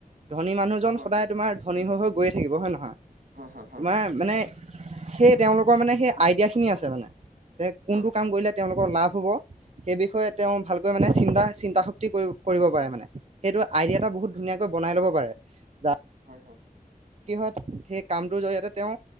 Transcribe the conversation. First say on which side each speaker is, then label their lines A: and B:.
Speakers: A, on the right; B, on the right.
A: ধনী মানুহজন
B: হয়
A: সদায় তোমাৰ ধনী হৈ হৈ গৈয়ে থাকিব হয় নে নহয়।
B: হয় হয় হয়
A: তোমাৰ মানে সেই তেওঁলোক। পুৰা মানে সেই আইডিয়া খিনি আছে মানে, যে কোনটো
B: হয় হয় হয় হয়
A: কাম কৰিলে তেওঁলোকৰ লাভ হ'ব। সেই বিষয়ে তেওঁ ভালকৈ মানে চিন্তা-চিন্তা শক্তি কৰিব পাৰে মানে সেইটো আইডিয়া এটা বহুত ধুনীয়াকৈ বনাই ল'ব পাৰে। য-
B: হয় হয়
A: কি হয়, সেই কামটোৰ জৰিয়তে তেওঁ,